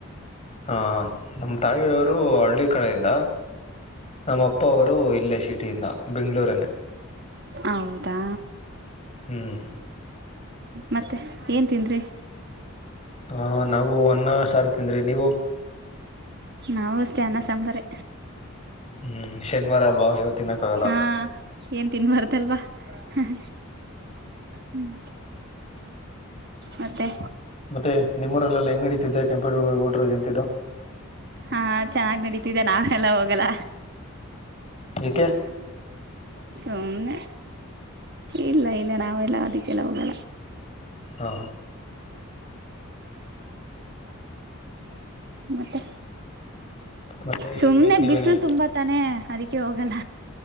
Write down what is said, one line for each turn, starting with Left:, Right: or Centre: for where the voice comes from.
Left: ಹ ಅ ನಮ್ ತಾಯಿಯವ್ರು ಹಳ್ಳಿ ಕಡೆಯಿಂದ. ನಮ್ಮ ಅಪ್ಪ ಅವ್ರು ಇಲ್ಲೇ ಸಿಟಿಯಿಂದ ಬೆಂಗಳೂರನೇ
Right: ಆ ಹೌದಾ
Left: ಹ್ಮ್
Right: ಮತ್ತೆ ಏನ್ ತಿಂದ್ರಿ
Left: ಹಾ ನಾವು ಅನ್ನ ಸಾರ್ ತಿಂದ್ರಿ ನೀವು.
Right: ನಾವು ಅಷ್ಟೇ ಅನ್ನ ಸಾಂಬಾರೆ.
Left: ಹ್ಮ್ ಶನಿವಾರ ಅಲ್ವಾ ಇವ ತಿನ್ನಕ್ಕ ಆಗಲ್ಲ
Right: ಹಾ ಏನ್ ತಿನ್ಬಾರದಲ್ವಾ ಹ ಹ್ ಹ್ಮ್ ಮತ್ತೆ
Left: ಮತ್ತೆ ನಿಮ್ಮುರಲ್ಲೆಲ್ಲ ಹೆಂಗ್ ನಡೀತಿದೆ ಕೆಂಪೇ ಗೌ ಗೌಡ್ರ ಜಯಂತಿದು.
Right: ಹಾ ಚೆನ್ನಾಗ್ ನಡೀತಿದ್ದೆ ನಾವೆಲ್ಲ ಹೋಗಲ್ಲ.
Left: ಯಾಕೆ
Right: ಸುಮ್ಮ್ನೆ ಇಲ್ಲ ಇಲ್ಲ ನಾವೆಲ್ಲ ಅದಿಕ್ಕೆಲ್ಲ ಹೋಗಲ್ಲ.
Left: ಹಾ.
Right: ಮತ್ತೆ
Left: ಮತ್ತೆ
Right: ಸುಮ್ಮ್ನೆ
Left: ಹೇಳ್ಬೇಕು ನೀವೇನೆ
Right: ಬಿಸಿಲು ತುಂಬಾ ತಾನೆ ಅದಿಕ್ಕೆ ಹೋಗಲ್ಲ.